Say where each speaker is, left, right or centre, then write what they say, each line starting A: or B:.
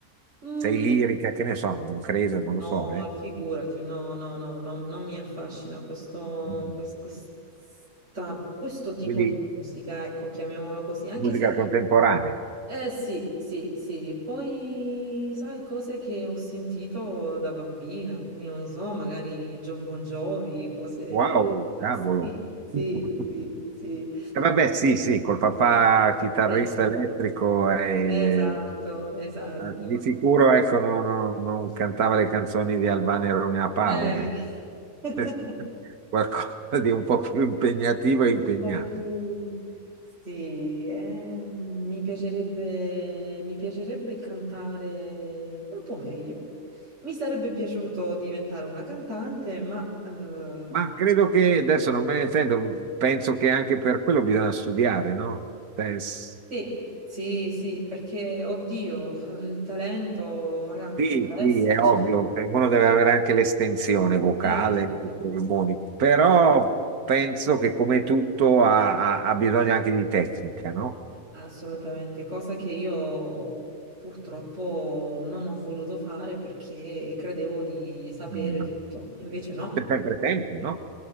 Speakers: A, on the right (about 50°); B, on the right (about 80°).
A: mm,
B: sei lirica? Che ne so, non credo, non lo
A: no,
B: so. eh.
A: figurati, no, no, no, no, non mi affascina questo,
B: Mm.
A: quest- questa- questo tipo
B: Quindi
A: di musica, ecco, chiamiamolo così, anche
B: musica
A: se,
B: contemporanea.
A: eh sì, sì, sì, poi sai cose che ho sentito da bambina, quindi non so, magari John Bon Jovi, cose,
B: Wow,
A: eh,
B: cavolo.
A: sì, sì,
B: <laughs>
A: sì, sì.
B: Eh, Vabbè, sì, sì, col papà chitarrista
A: Questo.
B: elettrico e,
A: Esatto,
B: eh,
A: esatto.
B: di sicuro ecco, no- no- non cantava le canzoni di Albano e Romina Power.
A: Eh, <laughs> un
B: eh. <laughs> Qualcosa di un po' più impegnativo e impegnato.
A: po' più... Sì, eh, mi piacerebbe, mi piacerebbe cantare un po' meglio. Mi sarebbe piaciuto diventare una cantante, ma eh,
B: Ma credo che adesso non me ne intendo, penso che anche per quello bisogna studiare, no? Cioè, s-
A: sì, sì, sì, perché, oddio, il talento magari
B: sì,
A: potrà
B: sì,
A: esserci.
B: è ovvio, che uno deve avere anche l'estensione vocale,
A: Esatto.
B: i polmoni, però penso che come tutto ha, ha- ha bisogno anche di tecnica, no?
A: Assolutamente, cosa che io purtroppo non ho voluto fare perché credevo di sapere
B: Mm.
A: tutto, invece no.
B: Sempre tempo, no?